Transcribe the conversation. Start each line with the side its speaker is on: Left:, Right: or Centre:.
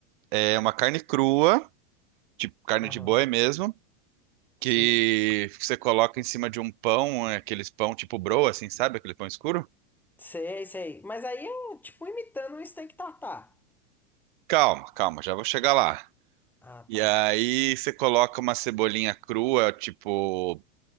Right: é uma carne crua, tipo carne
Centre: Aham.
Right: de boi mesmo,
Centre: Sim.
Right: que você coloca em cima de um pão, é, aqueles pão tipo broa, assim, sabe? Aquele pão escuro?
Centre: Sei, sei. Mas aí é tipo imitando um steak tartar.
Right: Calma, calma, já vou chegar lá.
Centre: Ah,
Right: E
Centre: tá.
Right: aí você coloca uma cebolinha crua, tipo